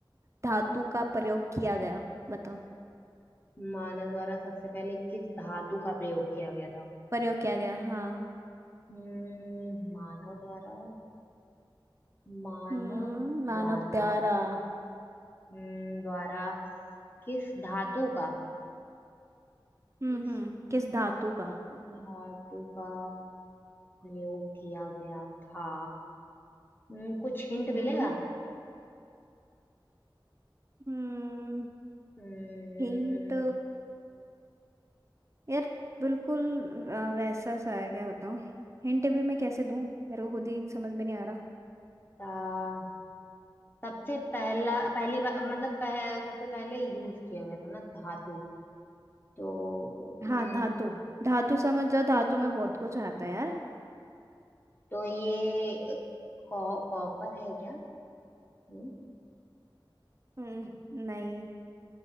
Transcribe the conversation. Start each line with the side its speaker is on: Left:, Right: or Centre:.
Right: धातु का प्रयोग किया गया बताओ
Left: मानव द्वारा सबसे पहले किस धातु का प्रयोग किया गया था
Right: प्रयोग किया गया हाँ
Left: हम्म मानव द्वारा मानव
Right: हम्म मानव
Left: द्वारा
Right: द्वारा
Left: हम्म द्वारा किस धातु का
Right: हम्म
Left: किस
Right: हम्म किस धातु का
Left: धातु का प्रयोग किया गया था हम्म, कुछ हिंट
Right: हम्म
Left: मिलेगा
Right: हम्म
Left: हम्म,
Right: हिंट यार बिल्कुल अ, वैसा सा है क्या बताऊं हिंट भी मैं कैसे दूं मेरे को खुद ही समझ में नहीं आ रहा
Left: ता- सबसे पहला पहली बार मतलब पह, सबसे पहले यूज किया गया था ना धातु तो हम्म,
Right: हाँ धातु धातु समझ जाओ धातु में बहुत कुछ आता है यार
Left: तो ये कॉ, कॉपर है क्या हम्म,
Right: हम्म नहीं